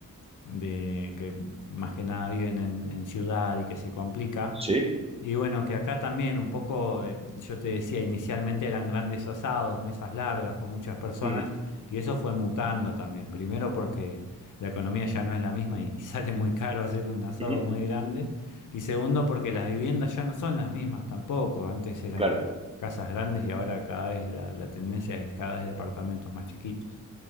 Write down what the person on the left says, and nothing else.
de que más que nada viven en, en ciudad y que se complica.
Y bueno, que acá también un poco, eh, yo te decía, inicialmente eran grandes asados, mesas largas con muchas personas,
y eso fue mutando también. Primero porque la economía ya no es la misma y, y <laughs> sale muy caro hacer un asado
muy grande. Y segundo porque las viviendas ya no son las mismas tampoco. Antes eran
casas grandes y ahora cada vez la la tendencia es cada vez departamentos más chiquitos.